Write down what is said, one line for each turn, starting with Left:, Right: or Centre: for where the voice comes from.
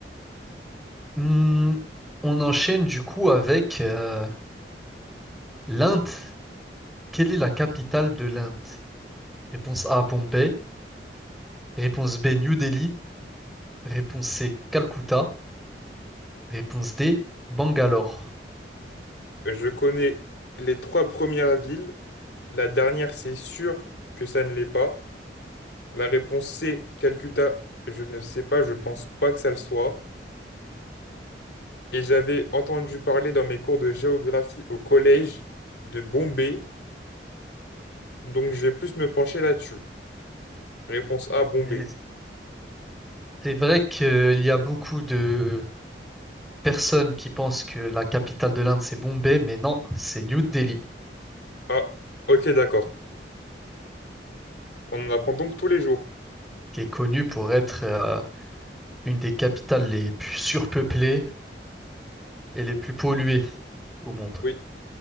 Centre: Hmm, on enchaîne du coup avec euh, l'Inde. Quelle est la capitale de l'Inde? Réponse A, Bombay. Réponse B, New Delhi. Réponse C, Calcutta. Réponse D, Bangalore.
Left: Je connais les trois premières villes. La dernière, c'est sûr que ça ne l'est pas. La réponse C, Calcutta, je ne sais pas, je pense pas que ça le soit. Et j'avais entendu parler dans mes cours de géographie au collège de Bombay, donc je vais plus me pencher là-dessus. Réponse A, Bombay.
Centre: Et C'est vrai qu'il y a beaucoup de personnes qui pensent que la capitale de l'Inde, c'est Bombay, mais non, c'est New Delhi,
Left: Ah, ok, d'accord. On en apprend donc tous les jours.
Centre: qui est connue pour être euh, une des capitales les plus surpeuplées et les plus polluées au monde.
Left: Oui,